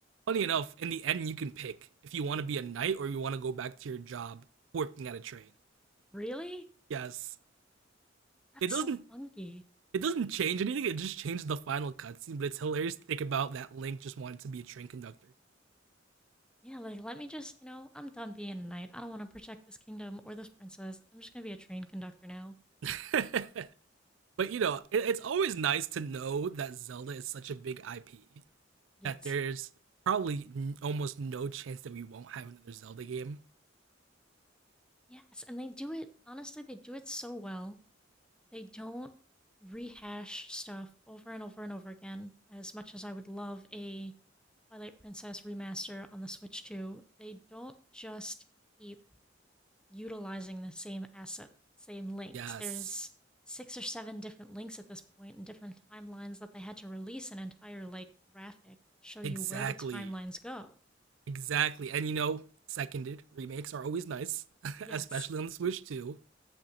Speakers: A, on the right; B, in the centre.
A: Funny enough, in the end, you can pick if you want to be a knight or you want to go back to your job working at a train.
B: Really?
A: Yes,
B: That's
A: it doesn't
B: so funky.
A: it doesn't change anything. It just changes the final cutscene, but it's hilarious to think about that Link just wanted to be a train conductor.
B: Yeah, like let me just, you know, I'm done being a knight. I don't want to protect this kingdom or this princess. I'm just gonna be a train conductor now.
A: <laughs> but you know, it, it's always nice to know that Zelda is such a big IP
B: Yes.
A: that there's probably n- almost no chance that we won't have another Zelda game.
B: Yes, and they do it honestly, they do it so well. They don't rehash stuff over and over and over again. As much as I would love a Twilight Princess Remaster on the Switch 2, they don't just keep utilizing the same assets, same links.
A: Yes,
B: There's six or seven different links at this point and different timelines that they had to release an entire like graphic to show
A: exactly,
B: you where the timelines go.
A: exactly. And you know, seconded remakes are always nice, <laughs>
B: Yes.
A: especially on the Switch too.